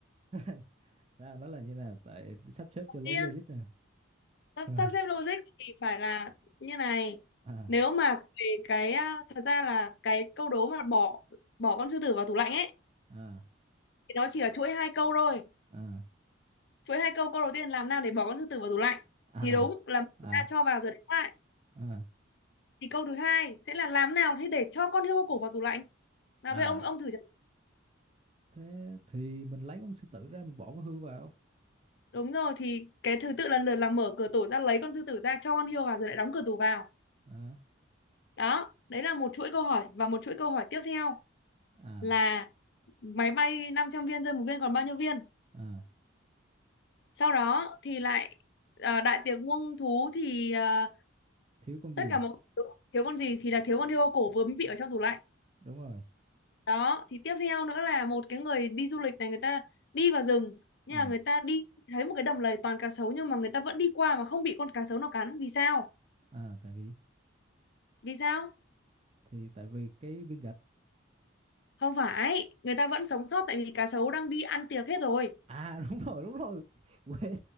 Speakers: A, on the right; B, on the left.
A: <laughs> sao nó là như nào tại sắp xếp cho lớn
B: Tiên,
A: logic nè
B: sắp,
A: rồi
B: sắp xếp logic thì phải là như này.
A: à
B: Nếu mà về cái à, thật ra là cái câu đố mà bỏ bỏ con sư tử vào tủ lạnh ấy
A: à
B: thì nó chỉ là chuỗi hai câu thôi.
A: à
B: Chuỗi hai câu, câu đầu tiên làm nào để bỏ con sư tử vào tủ lạnh
A: à
B: thì đúng là chúng
A: à
B: ta cho vào rồi đánh lại.
A: à
B: Thì câu thứ hai sẽ là làm nào thế để cho con hươu cổ vào tủ lạnh. Nào
A: à
B: bây giờ ông ông thử
A: thế thì mình lấy con sư tử ra mình bỏ con hươu vào
B: Đúng rồi thì cái thứ tự lần lượt là mở cửa tủ ra lấy con sư tử ra cho con hươu vào rồi lại đóng cửa tủ vào.
A: à
B: Đó, đấy là một chuỗi câu hỏi và một chuỗi câu hỏi tiếp theo
A: à
B: là máy bay 500 viên rơi một viên còn bao nhiêu viên.
A: à
B: Sau đó thì lại ờ, đại tiệc muông thú thì ờ,
A: thiếu con
B: tất
A: gì
B: cả mọi người thiếu con gì thì là thiếu con hươu cổ vướng bị ở trong tủ lạnh.
A: đúng rồi
B: Đó, thì tiếp theo nữa là một cái người đi du lịch này người ta đi vào rừng nhưng
A: à
B: mà người ta đi thấy một cái đầm lầy toàn cá sấu nhưng mà người ta vẫn đi qua mà không bị con cá sấu nào cắn vì sao?
A: à tại vì
B: Vì sao?
A: thì tại vì cái viên gạch
B: không phải người ta vẫn sống sót tại vì cá sấu đang đi ăn tiệc hết rồi
A: à <laughs> đúng rồi đúng rồi <laughs> quên